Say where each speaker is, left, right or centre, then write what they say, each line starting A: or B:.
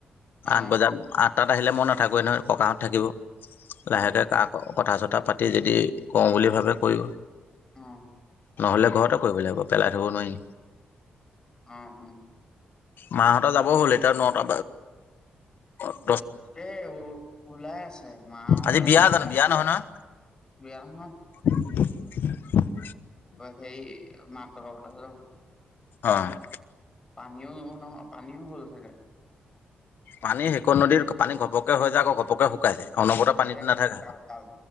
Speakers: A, on the left; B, on the left.
A: অ
B: আঠ বজাত আঠটাত আহিলে মই নাথাকোৱে নহয় ককাহঁত থাকিব।
A: হয়
B: লাহেকে
A: হয়
B: কাক কথা চথা পাতি যদি কওঁ বুলি ভাবোবে কৰি
A: অ
B: নহলে ঘৰতে কৰিব লাগিব পেলাই থব নোৱাৰি।
A: অ অ
B: মাহত যাব হ'ল এতিয়া নটা ব
A: এ ওলাই আছে মা
B: আজি
A: ওলাবহে
B: বিয়া জানো
A: আছ
B: বিয়া নহয় নহয়
A: বেয়াম হা
B: <inaudible>
A: সেই মাত লগকাাবলৈ যাব।
B: অ',
A: পানীও নহয় পানীও হ'ল চাগে।
B: পানী শেক নদীৰ পানী ঘপকে হৈ যায় আকৌ ঘপকে শুকাই যায়। অনবৰতে পানীটো
A: একে কাল
B: নাথাকে
A: দে কাল - কাল